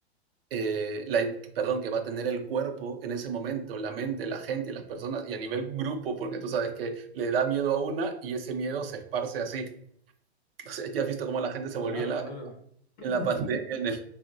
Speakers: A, on the right; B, on the left.
A: eh, la, perdón, que va a tener el cuerpo en ese momento, la mente, la gente, las personas y a nivel grupo, porque tú sabes que le da miedo a una y ese miedo se esparce así. <laughs> O sea, ya has visto cómo la gente se
B: claro,
A: volvía en la,
B: claro. <clears throat>
A: en la pandemia, en, el,